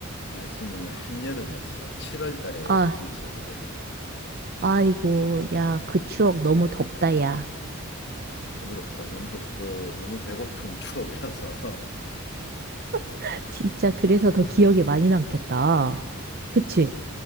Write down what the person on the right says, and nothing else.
아,
아이고, 야, 그 추억 너무 덥다, 야.
<laughs> 진짜 그래서 더 기억에 많이 남겠다. 그치?